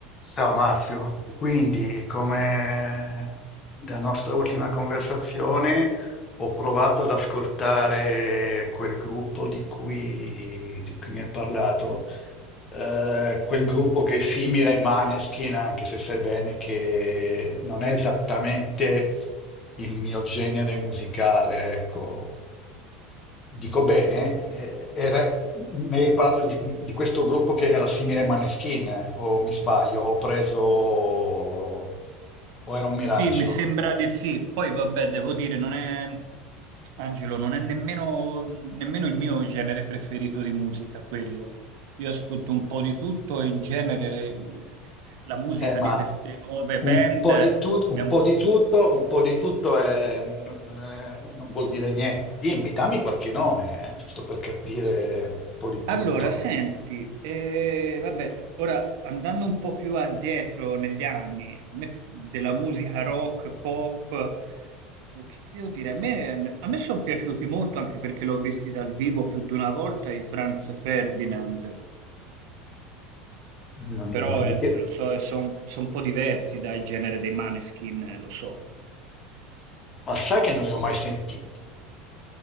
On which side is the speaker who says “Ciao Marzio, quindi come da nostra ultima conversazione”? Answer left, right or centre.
Left